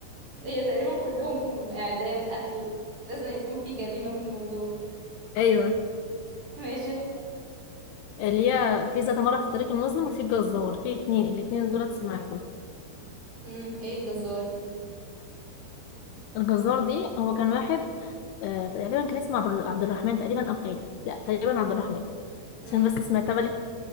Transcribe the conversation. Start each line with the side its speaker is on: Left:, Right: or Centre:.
Right: هي تقريبا كلهم اعدام قتل لازم يكون في جريمة في الموضوع
Left: ايوه
Right: ماشي احكي
Left: اللي هي في ذات مرة في الطريق المظلم وفي الجزار في اتنين الاتنين دولت سمعتهم
Right: امم ايه الجزار دي
Left: الجزار دي هو كان واحد آه تقريبا كان اسمه عبد عبد الرحمن تقريبا او خالد لا تقريبا عبد الرحمن
Right: امم
Left: عشان بس سمعتها بالي